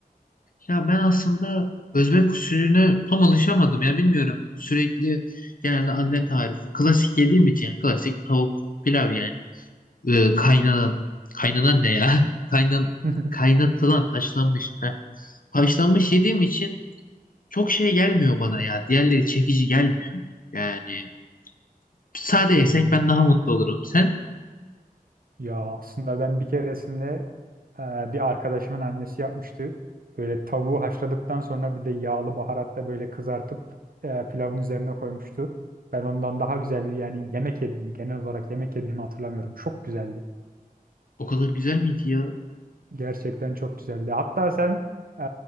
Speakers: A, on the left; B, on the right.
A: Ya ben aslında Özbek usulüne tam alışamadım ya bilmiyorum. Sürekli genelde anne tarifi. Klasik yediğim için yani klasik tavuk pilav yani. e, kaynanan kaynanan ne ya? <laughs> Kaynam
B: <laughs>
A: kaynatılan haşlanmış. Heh. Haşlanmış yediğim için çok şey gelmiyor bana ya. Diğerleri çekici gelmiyor. Yani sade yesek
B: Hmm.
A: ben daha mutlu olurum. Sen
B: Ya aslında ben bir keresinde e, bir arkadaşımın annesi yapmıştı. Böyle tavuğu haşladıktan sonra bir de yağlı baharatta böyle kızartıp e, pilavın üzerine koymuştu. Ben ondan daha güzel bir yani yemek yediğimi genel olarak yemek yediğimi hatırlamıyorum. Çok güzeldi.
A: o kadar güzel miydi ya?
B: Gerçekten çok güzeldi. Hatta sen e,